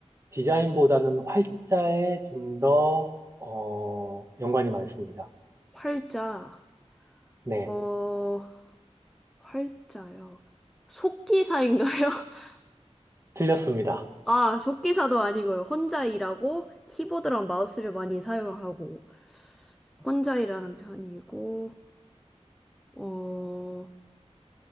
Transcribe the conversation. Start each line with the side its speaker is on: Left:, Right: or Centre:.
Right: 디자인보다는 활자에 좀 더, 어, 연관이 많습니다.
Centre: 활자,
Right: 네,
Centre: 어, 활자요. 속기사인가요? <laughs>
Right: 틀렸습니다.
Centre: 아, 속기사도 아니고요. 혼자 일하고, 키보드랑 마우스를 많이 사용하고, 혼자 일하는 편이고, 어,